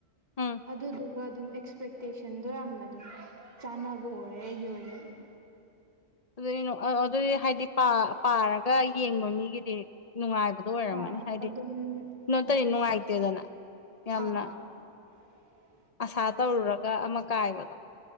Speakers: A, on the left; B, on the right.
A: ꯎꯝ
B: ꯑꯗꯨꯗꯨꯒ ꯑꯗꯨꯝ ꯑꯦꯛꯁꯄꯦꯛꯇꯦꯁꯟꯗꯣ ꯌꯥꯝꯅ ꯑꯗꯨꯝ ꯆꯥꯅꯕ ꯑꯣꯏ ꯔꯦ ꯑꯩꯒꯤ ꯑꯣꯏꯅꯗꯤ
A: ꯑꯗꯨꯅꯤꯅ ꯑꯥ ꯑꯗꯨꯗꯤ ꯍꯥꯏꯗꯤ ꯄꯥ ꯄꯥꯔꯒ ꯌꯦꯡꯕ ꯃꯤꯒꯤꯗꯤ ꯅꯨꯡꯉꯥꯏꯕꯗꯣ ꯑꯣꯏꯔꯝꯃꯅꯤ
B: ꯍꯣꯏ
A: ꯍꯥꯏꯗꯤ
B: ꯑꯗꯨꯝ
A: ꯅꯣꯠꯇꯩ
B: ꯍꯣꯏ
A: ꯅꯨꯡꯉꯥꯏꯇꯦꯗꯅ ꯌꯥꯝꯅ
B: ꯑꯥ <inaudible>
A: ꯑꯁꯥ ꯇꯧꯔꯨꯔꯒ ꯑꯃꯥ ꯀꯥꯏꯕꯗꯣ